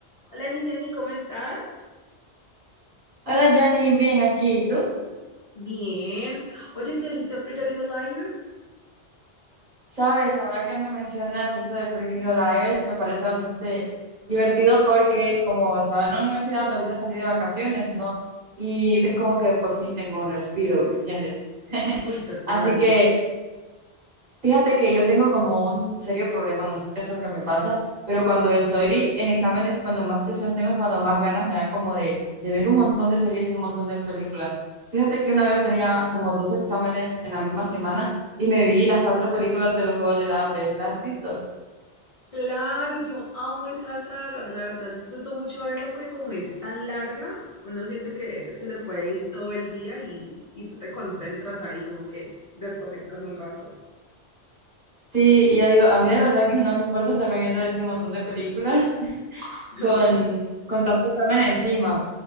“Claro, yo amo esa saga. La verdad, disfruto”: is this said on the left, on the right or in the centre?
Left